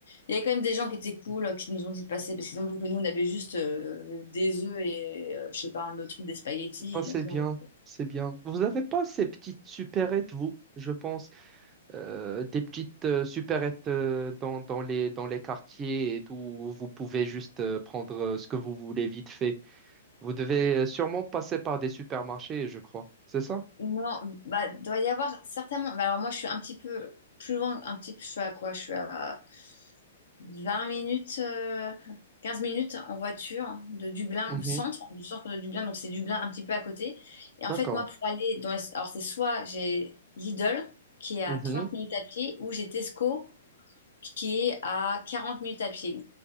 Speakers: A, on the left (about 70°); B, on the right (about 25°).
A: il y avait quand même des gens qui étaient cool, euh, qui nous ont dit de passer, parce qu'ils ont vu que nous, on avait juste euh, des œufs et, euh, je sais pas, un autre truc, des spaghettis.
B: Bah, c'est
A: Donc,
B: bien,
A: ils
B: c'est bien. Vous n'avez pas ces petites supérettes, vous, je pense, euh, des petites euh, supérettes euh, dans, dans les, dans les quartiers et tout, où vous pouvez juste euh, prendre euh, ce que vous voulez vite fait. Vous devez euh, sûrement passer par des supermarchés, je crois. C'est ça?
A: non, bah, doit y avoir certainement. bah, alors moi, je suis un petit peu plus loin, un petit peu, je suis à quoi? Je suis à 20 minutes, euh, 15 minutes en voiture de Dublin,
B: Mhm.
A: centre, du centre de Dublin, donc c'est Dublin un petit peu à côté. Et en
B: D'accord.
A: fait, moi, pour aller dans... les- Alors, c'est soit j'ai Lidl, qui est à
B: Mhm.
A: 30 minutes à pied, ou j'ai Tesco, qui est à 40 minutes à pied.